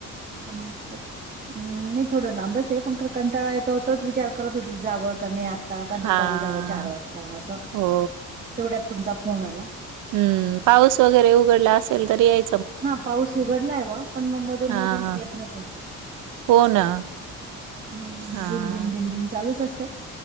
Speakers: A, on the right; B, on the right.
A: पण हम् नाही थोडं लांबच आहे पण खरं कंटाळा येतो तोच विचार करत होती जावं क नाही आता का दुपारी
B: हां.
A: जावं चार वाजता असं
B: हो.
A: तेवढ्यात तुमचा फोन आला
B: हम्म पाऊस वगैरे उघडला असेल तरी याय
A: हा पाऊस उघडला आहे बा पण मग मधून
B: हां.
A: मधून येत राहतो
B: हो ना
A: हम्म
B: हां.
A: जिम झिम झिम झिम चालूच असतय